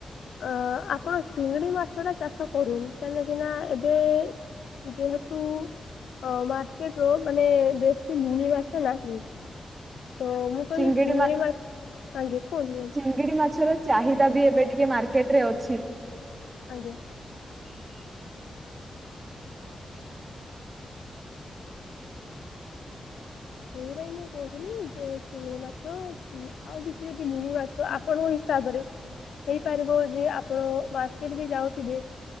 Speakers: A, on the left; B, on the right.
A: ଅ ଆପଣ ଚିଙ୍ଗଡି ମାଛ ଟା ଚାଷ କରୁ କାହିଁକି ନା ଏବେ ଯେହେତୁ ଅ ମାର୍କେଟ ର ମାନେ ବେଶୀ ନୁନି ଗଛ ଲାଗେ ତ ମି
B: ଚିଙ୍ଗିଡି
A: ଚିଙ୍ଗିଡ଼ି ମା ଅଜ୍ଞ୍ୟା କୁହନ୍ତୁ
B: ଅଙ୍ଗିଡି ମାଛ ର ଚାହିଦା ବି ଏବେ ଟିକେ ମାର୍କେଟ ରେ ଅଛି।
A: ଆଜ୍ଞ୍ୟା ସେଇପାଇଁ ମୁଁ କହୁଥିଲି <unintelligible> ମାଛ କି ଆଉ କିଛି ଯଦି ଲୁଣି ମାଛ ଆପଣଙ୍କ ହିସାବରେ ହେଇପାରିବ ଯେ ଆପଣ ମାର୍କେଟ ବି ଯାଉଥିବେ